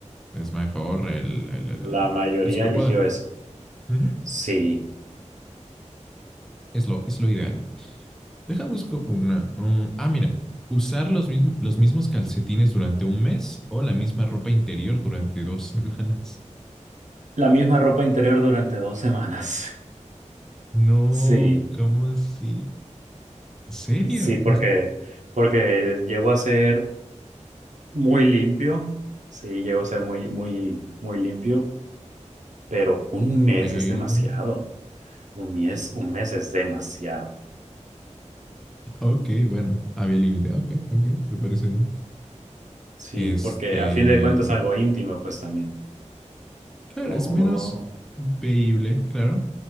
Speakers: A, in the centre; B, on the right.
A: es mejor el, el, el,
B: La
A: el- el-
B: mayoría
A: el superpoder.
B: eligió eso.
A: Ujú.
B: Sí.
A: Es lo, es lo ideal. Deja, busco una. mm, ah, mira. Usar los mismos, los mismos calcetines durante un mes o la misma ropa interior durante dos <laughs> semanas.
B: La misma ropa interior durante dos semanas. <laughs>
A: No,
B: Sí.
A: ¿cómo así? ¿En serio?
B: Sí, porque, porque llegó a ser muy limpio. Sí, llegó a ser muy, muy, muy limpio. Pero un mes
A: Pero,
B: es demasiado. Un mes, un mes es demasiado.
A: ok, bueno, había límite. Ok, ok, me parece bien.
B: Sí,
A: Este,
B: porque a fin de cuentas es algo íntimo, pues también.
A: claro,
B: Oh.
A: es menos veíble, claro.